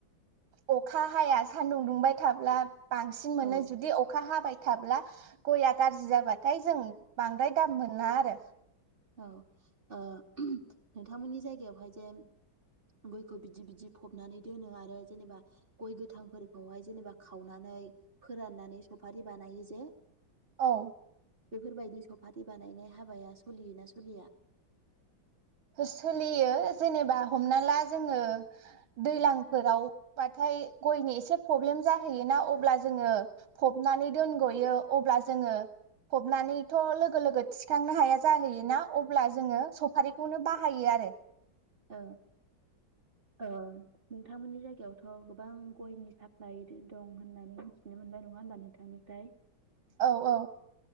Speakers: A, on the right; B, on the right.
A: अखा हाया सानदुं दुंबाय थाब्ला बांसिन मोनो
B: औ
A: जुदि अखा हाबाय थाब्ला गया गाज्रि जाबाथाय जों बांद्राय दाम मोना आरो
B: औ नोंथांमोननि जायगायावहाय जे गयखौ बिदि बिदि फबनानै दोनो आरो जेनेबा गय गोथांफोरखौहाय जेनेबा खावनानै फोराननानै सुफारि बानायो जे
A: औ
B: बेफोरबायदि सपारि बानायनाय हाबाया सलियोना सलिया?
A: सोलियो जेनेबा हमना ला जोङो दैज्लांफोरावबाथाय गयनि एसे प्रब्लेम जाहैयोना अब्ला जोङो फबनानै दोनग'यो अब्ला जोङो फबनानैथ लोगो लोगो थि खांनो हाया जाहैयोना अब्ला जोङो सफारि नो बाहायो आरो
B: औ। नोंथांमोननि जायगायावथ' गोबां गयनि साप्लाइ दं होननानै मिथिनो मोनबाय नङा होमबा नोंथांनिफ्राय
A: औ औ।